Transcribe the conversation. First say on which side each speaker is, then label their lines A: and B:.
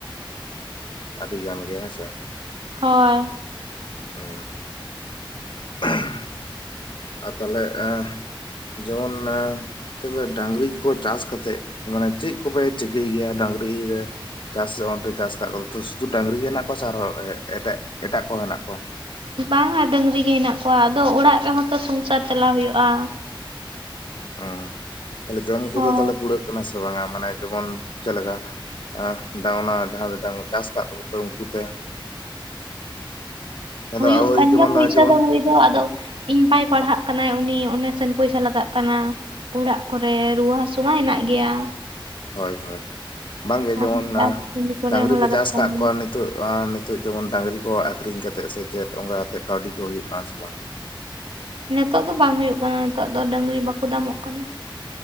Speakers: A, on the left; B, on the right.
A: ᱟᱹᱰᱤᱜᱟᱱ ᱜᱮ ᱦᱮᱸᱥᱮ ᱾
B: ᱦᱳᱭ ᱾
A: <unintelligible> ᱟᱨ ᱛᱟᱦᱚᱞᱮ ᱮᱸ ᱡᱮᱢᱚᱱ ᱛᱟᱦᱚᱞᱮ ᱰᱟᱝᱨᱤ ᱠᱚ ᱪᱟᱥ ᱠᱟᱛᱮᱫ ᱢᱟᱱᱮ ᱪᱮᱫ ᱠᱚᱯᱮ ᱪᱤᱠᱟᱹᱭ ᱜᱮᱭᱟ ᱰᱟᱝᱨᱤ ᱨᱮ? ᱪᱟᱥ <unintelligible> ᱯᱮ ᱪᱟᱥ ᱟᱠᱟᱫ ᱠᱚᱣᱟ ᱥᱩᱫᱷᱩ ᱰᱟᱹᱝᱨᱤ ᱜᱮ ᱦᱮᱱᱟᱜ ᱠᱚᱣᱟ ᱥᱮ ᱟᱨᱦᱚᱸ ᱮᱴᱟᱜ-ᱮᱴᱟᱜ ᱠᱚ ᱦᱮᱱᱟᱜ ᱠᱚᱣᱟ?
B: ᱵᱟᱝᱟ ᱰᱟᱹᱝᱨᱤ ᱜᱮ ᱦᱮᱱᱟᱜ ᱠᱚᱣᱟ ᱟᱫᱚ ᱚᱲᱟᱜ ᱨᱮᱦᱚᱸ ᱛᱚ ᱥᱚᱝᱥᱟᱨ ᱪᱟᱞᱟᱣ ᱦᱩᱭᱩᱜᱼᱟ᱾
A: ᱮᱸᱻ ᱛᱟᱦᱞᱮ ᱡᱚᱢ ᱠᱚᱫᱚ
B: ᱦᱳᱭ
A: ᱛᱟᱦᱞᱮ ᱠᱩᱲᱟᱹᱜ ᱠᱟᱱᱟ ᱥᱮ ᱵᱟᱝᱟ? ᱢᱟᱱᱮ ᱡᱮᱢᱚᱱ ᱪᱮ ᱞᱮᱠᱟ <unintelligible> ᱚᱱᱟ ᱡᱟᱦᱟᱸ ᱰᱟᱝ ᱪᱟᱥ ᱠᱟᱜ ᱠᱚᱫᱚ ᱯᱮ ᱩᱱᱠᱩ ᱛᱮ? ᱟᱫᱚ
B: ᱦᱩᱭᱩᱜ
A: ᱳᱭ
B: ᱠᱟᱱ
A: ᱡᱮᱢᱚᱱ
B: ᱜᱮᱭᱟ ᱯᱚᱭᱥᱟ
A: ᱡᱮᱢᱚᱱ
B: ᱫᱚ ᱫᱚ ᱟᱫᱚ ᱤᱧ ᱵᱟᱭ ᱯᱟᱲᱦᱟᱜ ᱠᱟᱱᱟᱭ ᱩᱱᱤ ᱚᱱᱮ ᱥᱮᱱ ᱯᱚᱭᱥᱟ ᱞᱟᱜᱟᱜ ᱠᱟᱱᱟ᱾ ᱚᱲᱟᱜ ᱠᱚᱨᱮ ᱨᱩᱣᱟᱹ ᱦᱟᱹᱥᱩ ᱢᱟ ᱦᱮᱱᱟᱜ ᱜᱮᱭᱟ᱾
A: ᱦᱳᱭ ᱦᱳᱭ ᱵᱟᱝ ᱜᱮ
B: ᱟᱨ
A: ᱡᱮᱢᱚᱱ
B: ᱪᱟᱥ ᱠᱟᱹᱢᱤ ᱠᱚᱨᱮ
A: ᱰᱟᱝᱨᱤ
B: ᱦᱚᱸ
A: ᱯᱮ
B: ᱞᱟᱜᱟᱜ
A: ᱪᱟᱥ
B: ᱠᱟᱱ
A: ᱟᱠᱟᱫ
B: ᱜᱮᱭᱟ
A: ᱠᱚᱣᱟ ᱱᱤᱛᱚᱜ- ᱱᱤᱛᱚᱜ ᱡᱮᱢᱚᱱ ᱰᱟᱝᱨᱤ ᱠᱚ ᱟᱠᱷᱨᱤᱧ ᱠᱟᱛᱮᱜ ᱥᱮ ᱪᱮᱫ ᱚᱱᱠᱟ ᱠᱟᱛᱮᱜ ᱠᱟᱹᱣᱰᱤ ᱠᱚ ᱦᱩᱭᱩᱜ ᱠᱟᱱᱟ ᱥᱮ ᱵᱟᱝ?
B: ᱱᱤᱛᱚᱜ ᱫᱚ ᱵᱟᱝ ᱦᱩᱭᱩᱜ ᱠᱟᱱᱟ ᱱᱤᱛᱚᱜ ᱫᱚ ᱰᱟᱹᱝᱨᱤ ᱵᱟᱠᱚ ᱫᱟᱢᱚᱜ ᱠᱟᱱᱟ᱾